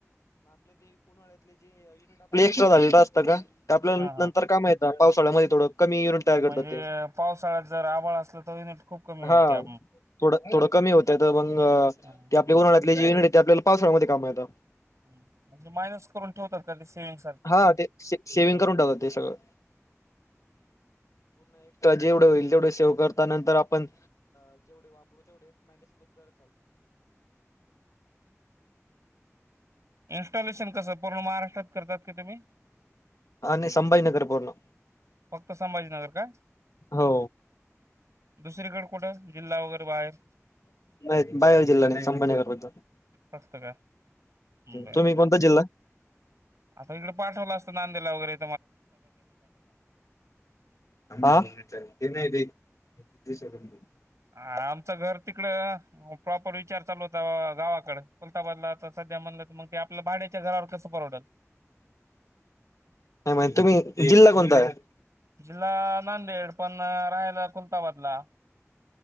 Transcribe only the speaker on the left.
का ते आपल्या
नंतर
का माहतात पावसाळ्या मध्ये थोडं कमी युनिट तयार करतात
ते
हा
थोड थोडं कमी होत्यात मग ते
आपल्या युनिट ते आपल्याला पावसाळ्यामध्ये काम येता
हा ते सेव्हिंग करून टाकतात ते सगळं जेवड होईल तेवड शेव कर त नंतर आपण
अ नाही संभाजी नगर पर्ण
हो
नाहीत बाहेर जिल्हा नाही संभाजीनगर पडत
तुम्ही
कोणता जिल्हा
आ <inaudible> <unintelligible>
<unintelligible> तुम्ही जिल्हा कोणता आहे?